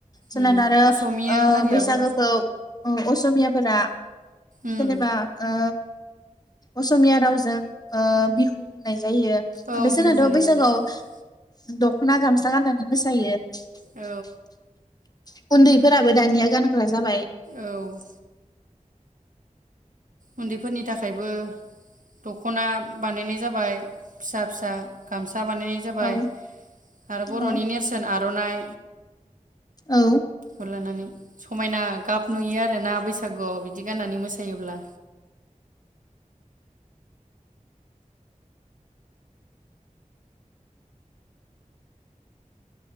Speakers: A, on the left; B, on the right.
A: सोनाद
B: उम
A: आरो
B: असमिया हारियाबो
A: बैसागोखौ असमिया फोरा
B: उम
A: जेनेबा ओ असमिया रावजों बिहु बुंनाय जा यो
B: औ
A: बेसनाथ
B: बिहु होननाय
A: बैसागआव
B: जायो
A: दखना गामसा गाननानै मोसायो
B: औ
A: <unintelligible> उन्दैफोराबो दानिया गानग्रा जाबाय
B: औ उन्दैफोरनि थाखायबो दखना बानायनाय जाबाय फिसा फिसा गाम सा बानायनाय जाबाय
A: औ
B: आरो बरनि
A: औ
B: नेरसोन आरो आरनाइ
A: औ
B: <unintelligible> लानानै समायना गाब नुयो आरोना बैसागुआव बिदि गाननानै मोसायोब्ला